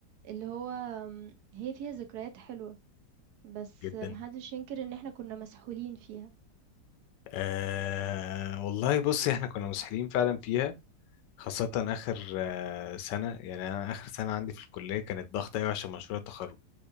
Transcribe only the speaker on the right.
اللي هو أم، هي فيها ذكريات حلوة بس
محدش ينكر ان احنا كنا مسحولين فيها